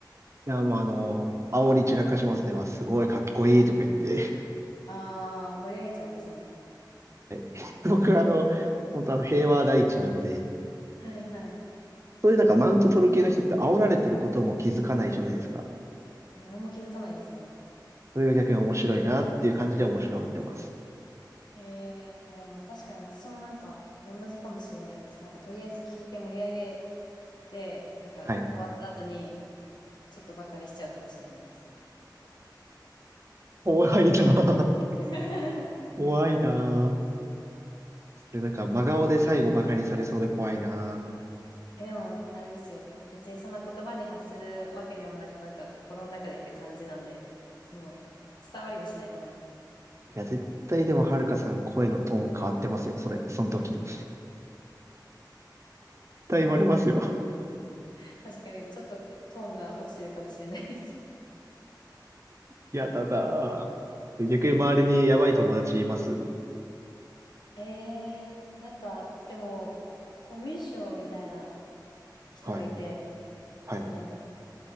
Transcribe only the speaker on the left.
あー、盛り上げちゃうんですね。
はいはい。
何も気づかないですね。
へえ、あでも確かに私もなんか同じかもしれないです。なんかとりあえず聞いて盛り上げて、なんか終わった後に
ちょっとバカにしちゃうかもしれないです。
<laughs>
え、でもあれですよ。別にそんな言葉に発するわけでもなく、なんか心の中でって感じなんで、その伝わりはしないと思います。
<laughs> 確かにちょっとトーンが落ちてるかもしれないです。
<laughs> えー、なんかでもコミュ障みたいな人がいて、
でなんか、